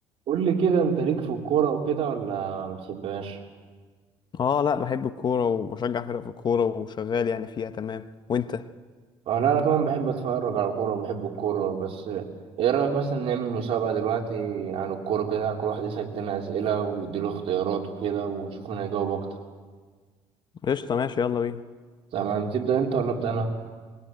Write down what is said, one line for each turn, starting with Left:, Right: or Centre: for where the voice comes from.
Right: قول لي كده انت ليك في الكورة وكده ولا ما بتحبهاش؟
Left: اه لا بحب الكورة وبشجع فرق في الكورة وشغال يعني فيها تمام وانت
Right: اه لا انا كمان بحب اتفرج على الكورة وبحب الكورة بس ايه رأيك مثلا نعمل مسابقة دلوقتي عن الكورة كده كل واحد يسأل تاني أسئلة ويديله اختيارات وكده ونشوف مين هيجاوب اكتر
Left: قشطة ماشي يلا بينا
Right: تمام تبدأ انت ولا ابدأ انا؟